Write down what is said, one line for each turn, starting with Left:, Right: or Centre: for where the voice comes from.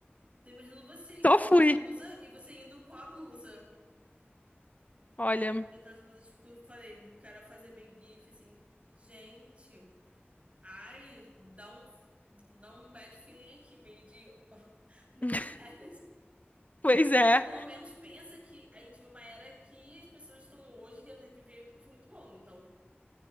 Right: tô imaginando você comprando
Left: só fui.
Right: a blusa e você indo com a blusa.
Left: Olha,
Right: E aquelas blusas, tipo, que eu falei, o cara fazia meio gif assim. Gente, ai, dá um, dá um bad feeling aqui, meio de <laughs> muito
Left: <laughs>
Right: bad.
Left: pois é.
Right: Mas pelo menos pensa que a gente viu uma era que as pessoas estão hoje querendo reviver porque foi muito bom. Então,